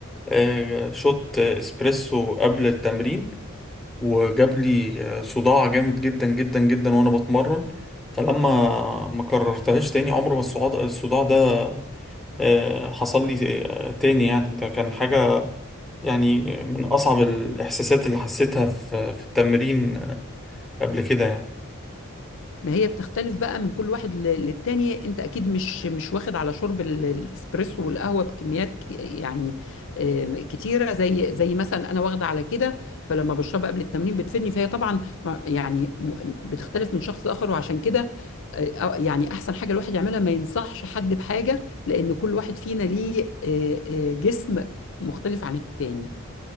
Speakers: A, in the centre; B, on the left (about 60°).
A: آه، شوت إسبريسو قبل التمرين وجاب لي آه، صداع جامد جدا جدا جدا وانا بتمرن فلما ما كررتهاش تاني عمر ما الصعاد- الصداع ده آه، حصل لي آه، تاني يعني ده كان حاجة يعني من أصعب الإحساسات اللي حسيتها في في التمرين آه، قبل كده يعني
B: ما هي بتختلف بقى من كل واحد ل- للتاني انت اكيد مش مش واخد على شرب ال- الاسبريسو والقهوه بكميات ك- يعني آه، كتيره زي زي مثلا انا واخده على كده فلما بشربها قبل التمرين بتفيدني فهي طبعا ما- يعني م- بتختلف من شخص لاخر وعشان كده آه، آه، يعني احسن حاجه الواحد يعملها ما ينصحش حد بحاجه لان كل واحد فينا ليه آه، آه، جسم مختلف عن التاني